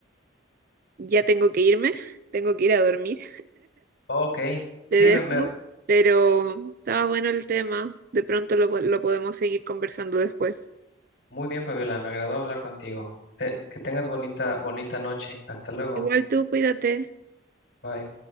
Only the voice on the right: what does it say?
ya tengo que irme, tengo que ir a dormir.
Te dejo,
pero estaba bueno el tema. De pronto lo, po- lo podemos seguir conversando después.
Igual tú, cuídate.